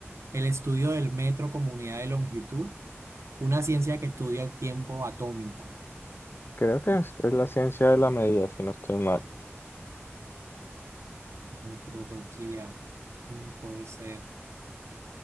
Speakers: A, on the right; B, on the left.
A: el estudio del metro como unidad de longitud, una ciencia que estudia el tiempo atómico.
B: Creo que es, es la ciencia de la medida, si no estoy mal.
A: Metrología. mm, Puede ser.